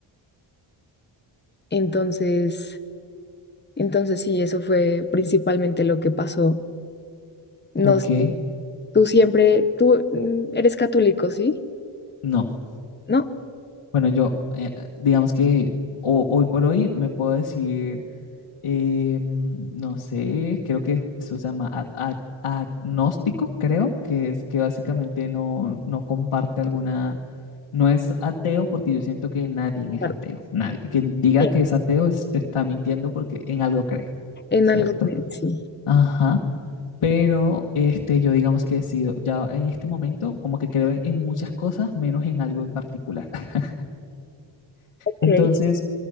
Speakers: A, on the left; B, on the left.
A: Entonces, entonces sí, eso fue principalmente lo que pasó. No
B: Ok.
A: sé, tú siempre, tú mm, eres católico, ¿sí?
B: No.
A: ¿No?
B: Bueno, yo, eh, digamos que ho- hoy por hoy me puedo decir, eh, mm, no sé, creo que eso se llama a- a- agnóstico, creo, que es que básicamente no, no comparte alguna, no es ateo porque yo siento que nadie es
A: Claro.
B: ateo, nadie. Quien diga
A: Sí,
B: que es ateo es- te está mintiendo porque en algo cree,
A: En
B: ¿cierto?
A: algo, que- sí.
B: Ajá. Pero este, yo digamos que he sido, ya en este momento, como que creo en en muchas cosas, menos en algo en particular. <laughs>
A: Ok,
B: Entonces,